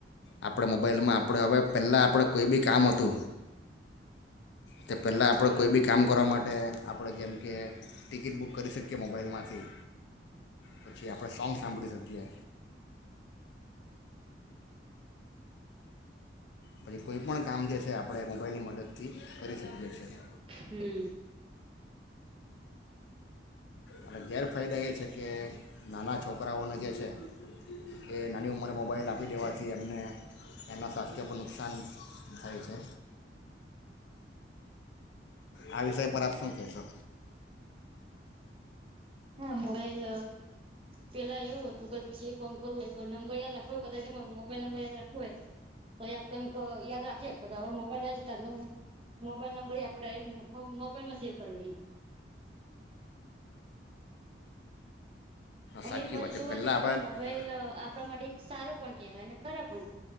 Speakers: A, on the left; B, on the right.
A: આપણે મોબાઈલમાં આપણે હવે પહેલાં આપણે કોઈ બી કામ હતું તે પહેલાં આપણે કોઈ બી કામ કરવા માટે આપણે જેમ કે ટિકિટ બુક કરી શકીએ મોબાઈલમાંથી પછી આપણે સોંગ સાંભળી શકીએ. પછી કોઈ પણણ કામ જે છે આપણે મોબાઈલની મદદથી કરી શકીએ છીએ.
B: હમ્મ.
A: અને ગેરફાયદા એ છે કે નાના છોકરાઓને જે છે એ નાની ઉંમરે મોબાઈલ આપી દેવાથી એમને એમના સ્વાસ્થ્ય પર નુકસાન થાય છે. આ વિષય પર આપ શું કે સો?
B: હા મોબાઈલ પેલા એવું હતું ક જે કોમ કરવું એ નંબર યાદ રાખવ હોય કદાચ એ મોબાઈલ નંબર યાદ રાખવું હોય તો એ આપડે એમ યાદ રાખીએ હવે મોબાઈલ તનું મોબાઈલ નંબર આપણે ડાયરેક્ટ મોબાઈલમાં સેવ કરી લઈએ. અમે
A: સાચી
B: એક બાજુ
A: વાત છે
B: જોવા
A: પહેલાં
B: જઈએ
A: આપણે
B: તો મોબાઈલ આપણા માટે એક સારો પણ કેહેવાય ને ખરાબ પણ